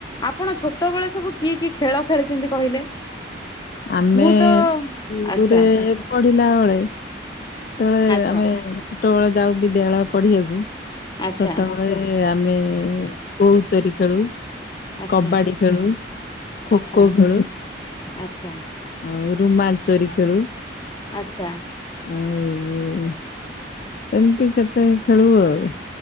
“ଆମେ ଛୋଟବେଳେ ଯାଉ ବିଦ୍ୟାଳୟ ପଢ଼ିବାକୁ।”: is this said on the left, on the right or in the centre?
Left